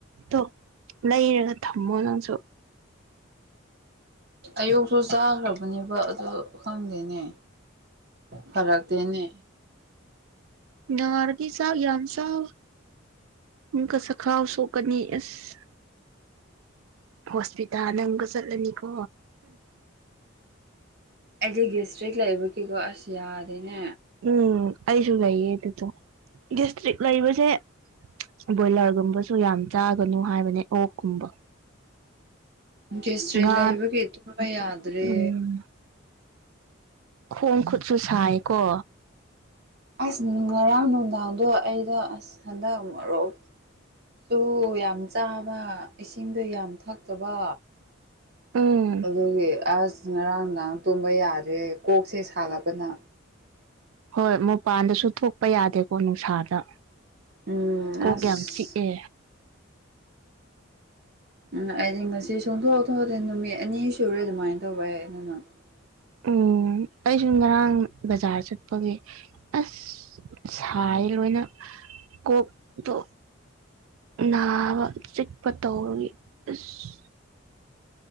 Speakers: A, on the right; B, on the right.
A: ꯇꯣ ꯂꯩꯔꯒ ꯊꯝꯃꯣ ꯅꯪꯁꯨ
B: ꯑꯌꯨꯛꯁꯨ ꯆꯥꯈ꯭ꯔꯕꯅꯦꯕ ꯑꯗꯨ ꯈꯪꯗꯦꯅꯦ ꯐꯔꯛꯇꯦꯅꯦ
A: ꯅꯔꯤ ꯁꯥꯕ ꯝ ꯁꯥꯕ ꯏꯀ ꯁ ꯈꯥꯎ ꯁꯣꯛꯀꯅꯤ ꯑꯦꯁ ꯍꯣꯁꯄꯤꯇꯥꯜ ꯅꯪꯒ ꯆꯠꯂꯅꯤꯀꯣ
B: ꯑꯩꯗꯤ ꯗꯤꯁꯇ꯭ꯔꯤꯛ ꯂꯩꯕꯒꯤꯀꯣ ꯑꯁ ꯌꯥꯗꯦꯅꯦ
A: ꯎꯝ ꯑꯁꯨꯨ ꯂꯩꯥꯏꯌꯦ ꯇꯦꯁꯇ ꯂꯩꯥꯏꯕꯁꯦ ꯕꯣꯏꯂꯔꯒꯨꯝꯕꯁꯨ ꯌꯥꯝ ꯆꯥꯒꯅꯨ ꯍꯥꯏꯕꯅꯦ ꯑꯣꯛꯀꯨꯝꯕ
B: ꯒꯦꯁꯇ꯭ꯔꯤꯛ
A: ꯉ
B: ꯂꯩꯕꯒꯤ ꯇꯨꯝꯕ ꯌꯥꯗ꯭ꯔꯦ
A: ꯎ ꯎꯝ ꯈꯣꯡ ꯈꯨꯠꯁꯨ ꯁꯥꯏꯀꯣ
B: ꯑꯁ ꯉꯔꯥꯡ ꯅꯨꯡꯗꯥꯡꯗꯣ ꯑꯩꯗꯣ ꯑꯁ ꯍꯟꯗꯛ ꯃꯔꯣꯛ ꯆꯨ ꯌꯥꯝ ꯆꯥꯕ ꯏꯁꯤꯡꯗꯣ ꯌꯥꯝ ꯊꯛꯇꯕ
A: ꯎꯝ
B: ꯑꯗꯨꯒꯤ ꯑꯁ ꯉꯔꯥꯡꯗꯥꯥꯡ ꯇꯨꯝꯕ ꯌꯥꯗ꯭ꯔꯦ ꯀꯣꯛꯁꯦ ꯁꯥꯒꯠꯄꯅ
A: ꯍꯣꯏ ꯃꯄꯥꯟꯗꯁꯨ ꯊꯣꯛꯄ ꯌꯥꯗꯦꯀꯣ ꯅꯨꯡꯁꯥꯗ
B: ꯎꯝ ꯑꯁ
A: ꯀꯒꯦꯝ ꯆꯠꯦ
B: ꯎꯝ ꯑꯩꯗꯤ ꯉꯁꯤ ꯁꯣꯡꯊꯣꯛꯑꯊꯦ ꯅꯨꯃꯤꯠ ꯑꯅꯤ ꯁꯨꯔꯦ ꯑꯗꯨꯃꯥꯏꯅ ꯇꯧꯕ ꯌꯥꯏ ꯑꯗꯨꯅ <unintelligible>
A: ꯎꯝ ꯑꯩꯁꯨ ꯉꯔꯥꯡ ꯕꯖꯥꯔ ꯆꯠꯄꯒꯤ ꯑꯁ ꯁꯥꯏ ꯂꯣꯏꯅ ꯀꯣꯛꯇ ꯅꯥꯕ ꯆꯤꯛꯄ ꯇꯔꯒꯤ ꯑꯁ